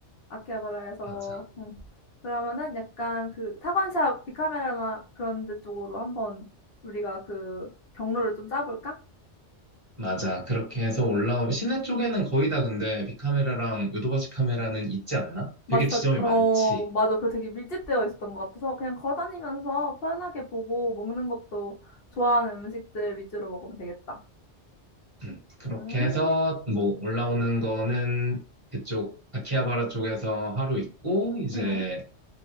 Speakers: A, on the left; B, on the right.
A: 아키하바라에서
B: 맞아.
A: 음. 그러면은 약간 그 타건샵 비카메라나 그런 데 쪽으로 한번 우리가 그 경로를 좀 짜볼까?
B: 맞아. 그렇게 해서 올라오면 시내 쪽에는 거의 다 근데 빅카메라랑 요도바시 카메라는 있지 않나?
A: 맞아,
B: 되게
A: 다,
B: 지점이
A: 어,
B: 많지.
A: 맞아. 그리고 되게 밀집되어 있었던 것 같아서 그냥 걸어다니면서 편하게 보고 먹는 것도 좋아하는 음식들 위주로 먹으면 되겠다.
B: 음, 그렇게
A: 음,
B: 해서 뭐 올라오는 거는 그쪽 아키하바라 쪽에서 하루 있고 이제
A: 음.